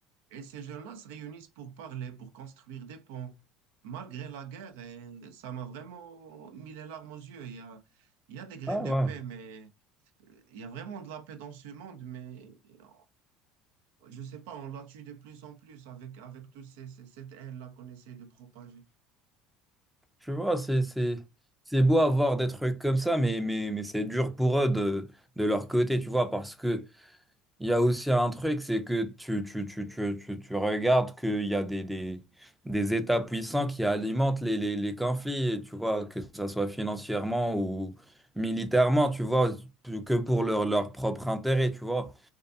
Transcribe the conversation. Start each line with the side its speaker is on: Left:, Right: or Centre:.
Right: Et ces jeunes-là se réunissent pour parler, pour construire des ponts, malgré la guerre. Et ça m'a vraiment mis les larmes aux yeux. Il y a, il y a des graines
Centre: Ah
Right: de
Centre: ouais.
Right: paix, mais euh, il y a vraiment de la paix dans ce monde. Mais euh, je ne sais pas, on la tue de plus en plus avec, avec toute cette haine-là qu'on essaie de propager.
Centre: Tu vois, c'est, c'est, c'est beau avoir des trucs comme ça, mais, mais, mais c'est dur pour eux de, de leur côté, tu vois, parce que il y a aussi un truc, c'est que tu, tu, tu, tu, tu, tu regardes qu'il y a des, des, des États puissants qui alimentent les, les, les conflits, tu vois, que ça soit financièrement ou militairement, tu vois, que pour leur, leur propre intérêt, tu vois.